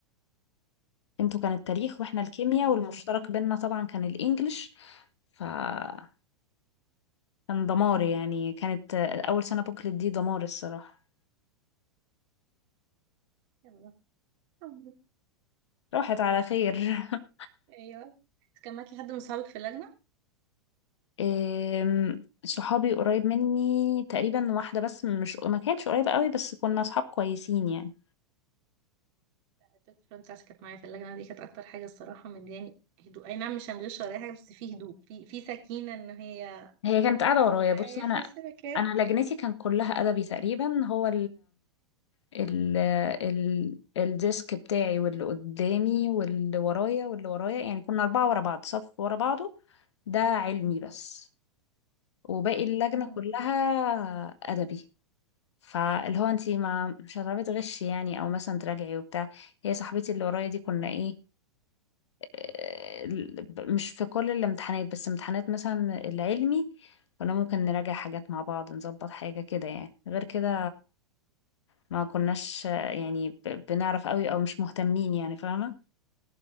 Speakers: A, on the left; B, on the right.
A: انتوا كان التاريخ واحنا
B: آه،
A: الكيمياء
B: كانوا
A: والمشترك بينا طبعا كان الانجليش فكان دمار يعني كانت اول سنة بوكلت دي دمار الصراحة
B: يلا حب.
A: راحت على خير <laughs>
B: ايوه كان معاكي حد من صحابك في اللجنه
A: أم، صحابي قريب مني تقريبا واحدة بس مش ما كانتش قريبة قوي بس كنا صحاب كويسين يعني
B: البيست فريند بتاعتي كانت معايا في اللجنة دي كانت أكتر حاجة الصراحة مدياني هدوء أي نعم مش هنغش ولا أي حاجة بس في هدوء في في سكينة إن هي
A: هي كانت قاعدة ورايا
B: معايا
A: بصي انا
B: في نفس المكان
A: انا لجنتي كان كلها ادبي تقريبا هو ال ال الديسك بتاعي واللي قدامي واللي ورايا واللي ورايا يعني كنا أربعة ورا بعض صف ورا بعضه ده علمي بس وباقي اللجنة
B: مم،
A: كلها أدبي فاللي هو انتي ما مش هتعرفي تغشي يعني او مثلا تراجعي وبتاع هي صاحبتي اللي ورايا دي كنا ايه آه، مش في كل الامتحانات بس امتحانات مثلا العلمي كنا ممكن نراجع حاجات مع بعض نظبط حاجة كده يعني غير كده ما كناش آه، يعني ب- بنعرف قوي او مش مهتمين يعني فاهمة